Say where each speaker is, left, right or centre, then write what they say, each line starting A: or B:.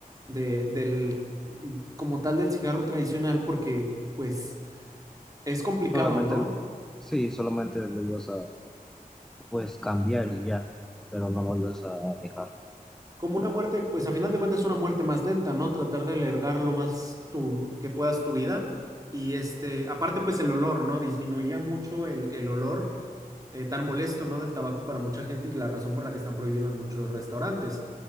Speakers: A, on the right; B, in the centre.
A: de, del, como tal del cigarro tradicional porque pues es complicado,
B: Solamente,
A: ¿no?
B: el- sí, solamente lo ibas a pues cambiar y ya, pero no lo ibas a dejar.
A: Como una muerte, pues a final de cuentas es una muerte más lenta, ¿no? Tratar de alargar lo más tu, que puedas tu vida. Y este, aparte, pues el olor, ¿no? Disminuía mucho el, el olor eh, tan molesto, ¿no? Del tabaco para mucha gente y la razón por la que están prohibidos en muchos restaurantes.